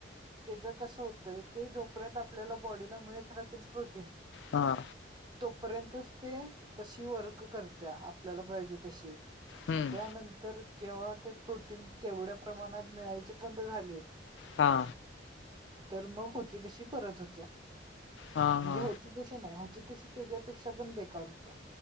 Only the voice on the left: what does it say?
हा.
हम्म
हा.
हा
हा